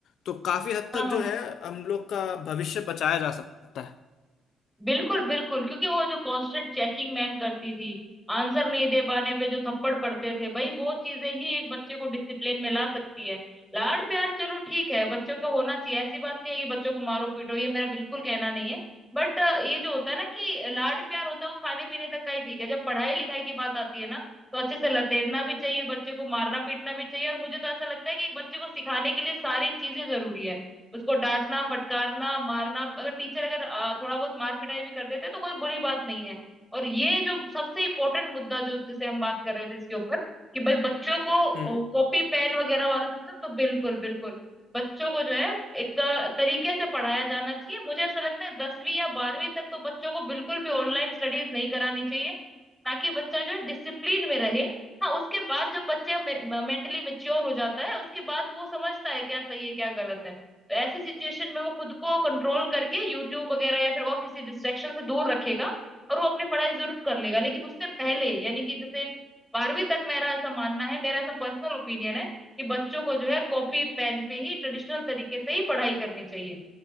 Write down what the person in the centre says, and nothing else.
हाँ
बिल्कुल बिल्कुल क्योंकि वो जो कांस्टेंट चेकिंग मैम करती थी आंसर नहीं दे पाने पे जो थप्पड़ पड़ते थे भाई वो चीजें ही एक बच्चे को डिसिप्लिन में ला सकती है लाड प्यार चलो ठीक है बच्चों का होना चाहिए ऐसी बात नहीं है कि बच्चों को मारो पीटो ये मेरा बिल्कुल कहना नहीं है बट ये जो होता है ना कि लाड प्यार होता है वो खाने पीने तक का ही ठीक है जब पढ़ाई लिखाई की बात आती है ना तो अच्छे से लतेड़ना भी चाहिए बच्चे को मारना पीटना भी चाहिए और मुझे तो ऐसा लगता है कि एक बच्चे को सिखाने के लिए सारी चीजें जरूरी है उसको डांटना फटकारना मारना अगर टीचर अगर आ, थोड़ा बहुत मार पिटाई भी कर देते तो कोई बुरी बात नहीं है और ये जो सबसे इम्पोर्टेंट मुद्दा जो जिसे हम बात कर रहे थे इसके ऊपर कि भाई बच्चों को
कॉपी पेन वगैरह वाला सिस्टम तो बिल्कुल बिल्कुल बच्चों को जो है एक अ, तरीके से पढ़ाया जाना चाहिए मुझे ऐसा लगता है दसवीं या बारहवीं तक तो बच्चों को बिल्कुल भी ऑनलाइन स्टडीज नहीं करानी चाहिए ताकि बच्चा जो है डिसिप्लिन में रहे हाँ उसके बाद जब बच्चे मेंटली मेच्योर हो जाता है उसके बाद वो समझता है क्या सही है क्या गलत है तो ऐसी सिचुएशन में वो खुद को कंट्रोल करके यूट्यूब वगैरह या फिर और किसी डिस्ट्रैक्शन से दूर रखेगा और वो अपनी पढ़ाई जरूर कर लेगा लेकिन उससे पहले यानी कि जैसे बारहवीं तक मेरा ऐसा मानना है मेरा ऐसा पर्सनल ओपिनियन है कि बच्चों को जो है कॉपी पेन पे ही ट्रेडिशनल तरीके से ही पढ़ाई करनी चाहिए